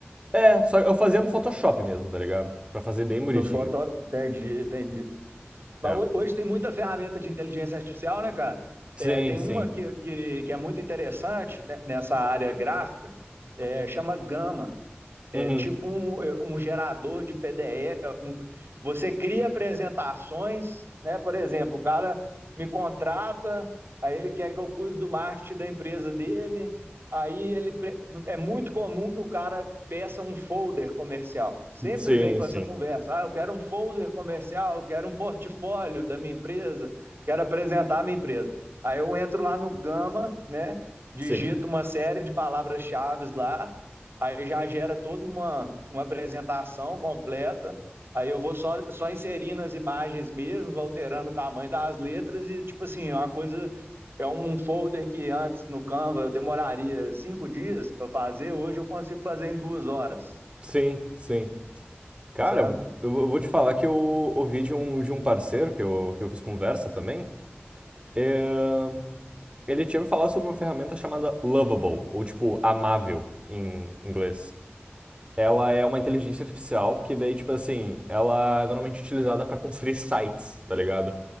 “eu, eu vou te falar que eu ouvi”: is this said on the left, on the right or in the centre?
Right